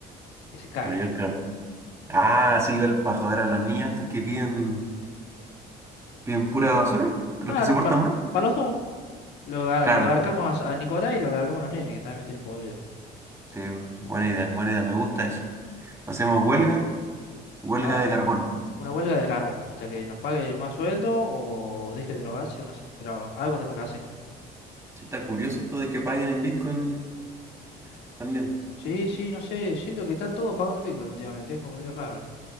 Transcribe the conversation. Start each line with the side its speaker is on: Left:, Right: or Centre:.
Left: Que se cague
Right: Podría,
Left: el viejo.
Right: claro. Ah, sí, igual para joder a los niños estos que piden, piden pura basura, a
Left: Claro,
Right: los que se portan
Left: para,
Right: mal.
Left: para los dos. Lo, gar-
Right: Claro,
Left: lo garcamos a, a Nicolás y lo garcamos a los nenes, que también me tienen podrido.
Right: sí, buena idea, buena idea, me gusta eso.
Left: ¿Viste?
Right: Hacemos huelga, huelga
Left: Claro.
Right: de carbón.
Left: Una huelga de carbón, hasta que nos pague más sueldo o deje de drogarse o no sé. Pero algo tenemos que hacer.
Right: Sí, está curioso esto de que paguen en Bitcoin también.
Left: Sí, sí, no sé. Siento que están todos pagando pico últimamente. Es como medio raro.